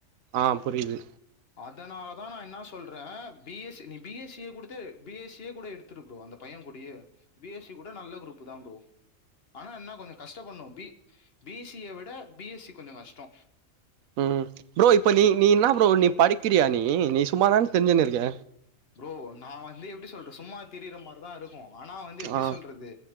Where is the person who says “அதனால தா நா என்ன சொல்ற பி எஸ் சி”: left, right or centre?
Left